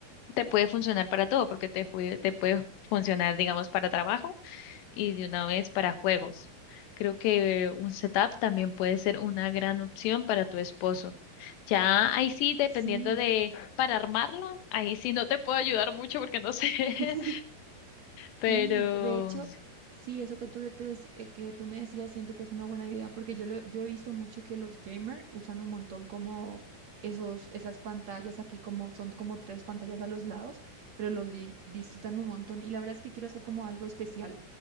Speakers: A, on the left (about 80°); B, on the right (about 50°).
A: te puede funcionar para todo, porque te, jue- te puede funcionar, digamos, para trabajo y de una vez para juegos. Creo que un setup también puede ser una gran opción para tu esposo. Ya ahí sí, dependiendo
B: sí.
A: de para armarla, ahí sí no te puedo ayudar mucho porque no sé, <laughs>
B: <laughs>
A: pero
B: Sí, de hecho, sí, eso que tú, de- te dec- eh, que tú me decías, siento que es una buena idea, porque yo, lo- yo he visto mucho que los gamers usan un montón como esos, esas pantallas aquí, como son como tres pantallas a los lados, pero los di- disfrutan un montón. Y la verdad es que quiero hacer como algo especial,